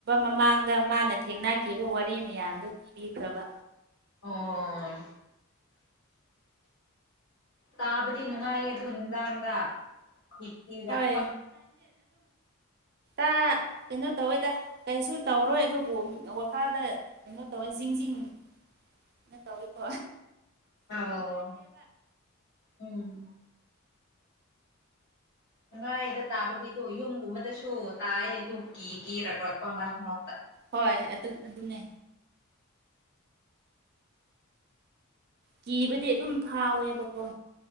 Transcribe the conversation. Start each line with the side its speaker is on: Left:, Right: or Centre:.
Right: ꯃꯃꯥꯡꯗ ꯃꯥꯅ ꯊꯦꯡꯅꯈꯤꯕ ꯋꯥꯔꯤ ꯃꯌꯥꯝꯗꯣ ꯄꯤꯕꯤꯈ꯭ꯔꯕ
Left: ꯑꯣ ꯇꯥꯕꯗꯤ ꯅꯨꯡꯉꯥꯏꯌꯦ ꯑꯗꯣ ꯅꯨꯡꯗꯥꯡꯗ ꯀꯤꯔꯞꯄ
Right: ꯍꯣꯏ ꯑ ꯀꯩꯅꯣ ꯇꯧꯋꯦꯗ ꯀꯩꯁꯨ ꯇꯧꯔꯣꯏ ꯑꯗꯨꯕꯨ ꯋꯥꯈꯜꯗ ꯀꯩꯅꯣ ꯇꯧꯋꯦ ꯖꯤꯡꯖꯤꯡ ꯀꯩꯅꯣ ꯇꯧꯋꯦꯀꯣ
Left: ꯑꯧ ꯎꯝ ꯅꯨꯡꯉꯥꯏꯗ ꯇꯥꯕꯒꯤꯗꯣ ꯌꯨꯝꯒꯨꯝꯕꯗꯁꯨ ꯇꯥꯏꯌꯦ ꯑꯗꯨ ꯀꯤ ꯀꯤꯔꯛꯄ ꯃꯔꯛ ꯃꯔꯛꯇ
Right: ꯍꯣꯏ ꯑꯗꯨ ꯑꯗꯨꯅꯦ ꯀꯤꯕꯗꯤ ꯑꯗꯨꯝ ꯐꯥꯎꯋꯦꯕꯀꯣ